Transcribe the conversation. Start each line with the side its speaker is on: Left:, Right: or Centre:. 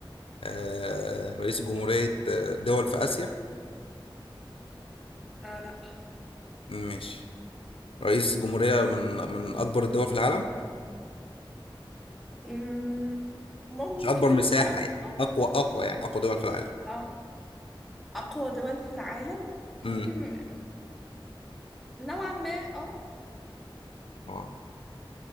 Left: آه رئيس جمهورية آه، دول في آسيا
Centre: اه لا
Left: ماشي رئيس جمهورية من من أكبر الدول في العالم
Centre: مم، ممكن
Left: مش أكبر مساحة
Centre: اه
Left: يعني
Centre: اه
Left: أقوى أقوى يعني أقوى دول في العالم
Centre: آه. اقوى دول في العالم ممكن
Left: امم
Centre: نوعا ما اه
Left: آه،